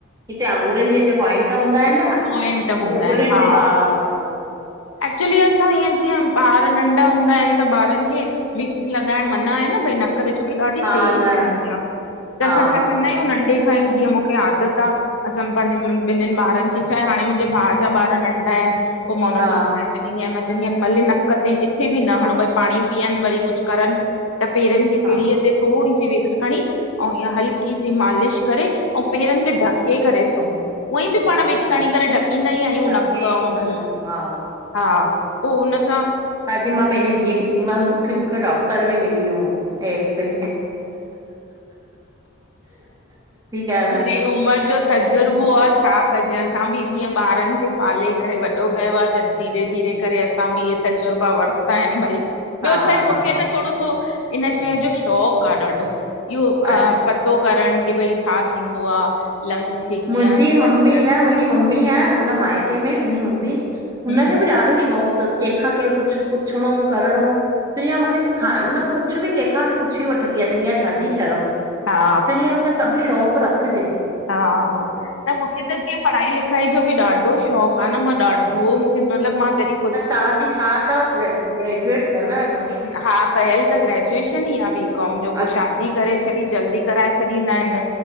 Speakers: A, on the right (about 15°); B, on the left (about 80°).
A: हिते आंगुरनि जे हिते पॉइंट हूंदा आहिनि न।
B: पोवाइंट हूंदा
A: उंगलियुनि
B: आहिनि हा
A: जे हा
B: एक्चुली असां हअं जीअं ॿार नंढा हूंदा आहिनि। त ॿारनि खे विक्स लॻाइण मना आहे न। भई न करे छो की ॾाढी
A: हा
B: तेज
A: न
B: हूंदी
A: न
B: आहे त
A: हा
B: असां छा कंदा
A: सही
B: आहियूं नढ़े कान ही जीअं मूंखे आदत आहे असां पंहिंजे नि ॿारनि खे चाहे हाणे मुंहिंजे भाउ जा ॿार नंढा आहिनि पोइ मा हुननि
A: हा
B: खे ॿुधाए स ॾींदी आहिनि मा चंदीय आहिनि मले नक ते किथे बि न हणो भई पाणी पीअण वरी कुझु करनि त पेरनि जी
A: हा
B: तरीअ ते थोरी सी विक्स खणी अउ ईअं हल्की सी मालिश करे। ऐं पेरनि खे ढके करे सुमो। उअई बि पाण
A: अच्छा
B: सणी करे ढकींदा ई आहियूं।
A: धके
B: नक
A: ई
B: ऐं
A: सुम्हंदा
B: मुह
A: आहियूं हा
B: पोइ हुन सां
A: त अॼु मां पंहिंजी धीउ खे चवंदीमांनि, मूंखे मूंखे डॉक्टर बि मिली वियो। ऐप ते। ॻाल्हि
B: मेरयी
A: आहे
B: उमिरि जो तजुर्बो आ छा कजे? असां बि जीअं ॿारनि खे पाले करे वॾो कयो आह। त धीरे धीरे करे असां बि इहे तजुर्बा वर्ता आहिनि भाई,
A: हा
B: ॿियो छाहे मूंखे
A: हा
B: न
A: सही
B: थोरो सो इन शइ जो शौक़ु आह, ॾाढो इहो अ
A: अच्छा
B: पतो करणु की भई छा थींदो आह। लंग्स खे कीअं
A: मुंहिंजी
B: सही
A: ममी
B: रखबे
A: न मुंहिंजी मम्मी आह, मतिलबु माइके में मुंहिंजी मम्मी हुनखे
B: हूं
A: बि ॾाढो शौक़ु थसि कंहिंखां केरु कुझु पुछणो करिणो दुनिया मूंखे मतलबु कुझु बि कंहिंखां बि पुछी वठंदी आह, दुनिया छाजी शर्म।
B: हा
A: त जींय हुनखे खे सब शौक़ रखजे।
B: हा न मूंखे त जीअं पढ़ाई खाई जो बि ॾाढो शौक़ु आह, न मां ॾाढो मूंखे मतिलब मां जॾी
A: त तव्हांजी छा तव? ग्रे ग्रेजुएट थियल तव्हां
B: हा कयल त ग्रेजुएशन ई आ बी कॉम जो पो
A: अ
B: शादी करे छॾी, जल्दी कराए छॾींदा ईन।